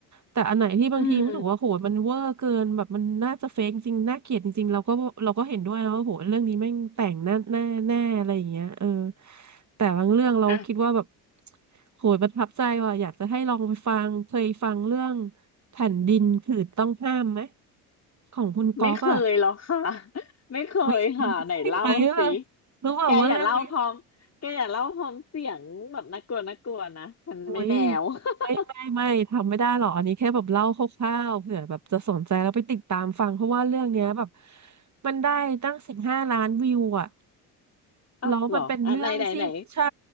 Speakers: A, on the right; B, on the left.
A: แต่อันไหนที่บางทีรู้สึกว่าโหมันเวอร์เกินแบบมันน่าจะเฟกจริงน่าเกลียดจริงๆเราก็เราก็เห็นด้วยนะว่าโหเรื่องนี้แม่งแต่งแน่แน่แน่อะไรอย่างเงี้ยเออ
B: อืม
A: แต่บางเรื่องเราคิดว่าแบบ
B: อ่ะ
A: โหประทับใจว่ะอยากจะให้ลองไปฟังเคยฟังเรื่องแผ่นดินผืนต้องห้ามไหมของคุณก๊อกอะ
B: ไม่เคยหรอกค่ะ <laughs> ไม่เคยค่ะไหนเล่าสิ
A: ไม่ใช่ไหมอะรู้เปล่าว่าเรื่องนี้
B: แกอย่าเล่าพร้อมแกอย่าเล่าพร้อมเสียงแบบน่ากลัวน่ากลัวนะฉันไม่แนว
A: โอ้ย
B: <laughs>
A: ไม่ไม่ไม่ทำไม่ได้หรอกอันนี้แค่แบบเล่าคร่าวๆเผื่อแบบจะสนใจแล้วไปติดตามฟังเพราะว่าเรื่องเนี้ยแบบมันได้ตั้งสิบห้าล้านวิวอ่ะ
B: อ้าวเหรออ่ะไหนไหนไหน
A: แล้วมันเป็นเรื่องที่ใช่